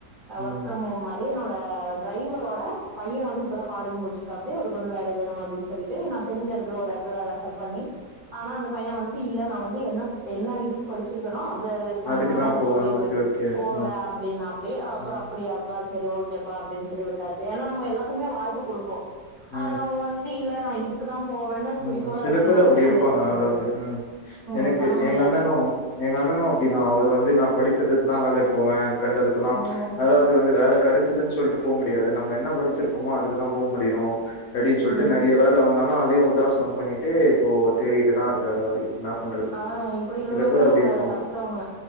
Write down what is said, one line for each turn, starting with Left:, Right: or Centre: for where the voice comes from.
Right: அ ஒர்க்
Left: ம்.
Right: ப்ரம் ஹோம் மா இது என்னோட டிரைவரோட பைய வந்து இப்பதான் காலேஜே முடிச்சிருக்கா அப்டி அவருக்கு வந்து வேல வேனு நம்ம அப்டின்னு சொல்லிட்டு நா தெரிஞ்ச எடத்துல ஒரு எடத்துல ரெஃபர் பண்ணி ஆனா அந்த பைய வந்துட்டு இல்ல நா வந்து என்ன என்ன இதுக் கு படிச்சிருக்கேனோ அந்த சம்பந்தமா
Left: அதுக்கு
Right: தா
Left: தான்
Right: எனக்கு
Left: போவேன்.
Right: தொழில்
Left: ஓகே,
Right: வே
Left: ஓகே.
Right: போவே
Left: ஆ.
Right: அப்டின்னாப்டி அப்புறொ
Left: ம்.
Right: அப்டியாப்பா சரி ஓகேப்பா அப்டின்னு சொல்லி விட்டாச்சு ஏன்னா நம்ம எல்லாத்துக்குமே வாய்ப்பு குடுப்போ
Left: ம்.
Right: அத அவங்க வந்து இது இல்ல நா இதுக் க்கு தா போவேன்னு
Left: ம்
Right: குறிக்கோளா
Left: சில
Right: இருக்கும்
Left: பேர்
Right: போது
Left: அப்டி
Right: நம்ம
Left: இருப்பாங்க
Right: எதுவுமக்ஷ பண்ண
Left: அதாவது
Right: முடியாது
Left: ம் எனக்கு
Right: ம் பண்ண முடியாது
Left: எங்க அண்ணனு எங்க அண்ணனு அப்டிதா அவரு வந்து நா படித்ததுக்கு தா வேலைக்கு போவே கண்டதுக்கல்லாம்
Right: ம்
Left: அதாது வந்து வேல கடச்சி இதுன்னு சொல்ட்டு போ முடியாது நம்ம என்ன படிச்சிருக்கமோ அதுக்குதான் போ முடியும் அப்டின் சொல்ட்டு
Right: ம்
Left: நறைய வேல வந் ஆனா அதயும் உதாசினம் பண்ணிட்டு இப்போ தேடிட்டு தான் இருக்காரு அவரு என்னா பண்றது
Right: ஆ இப்டி இருந்தோம்ன்னா
Left: சில பேர் அப்டி
Right: ரொம்ப
Left: இருப்பாங்க
Right: கஷ்டோங்க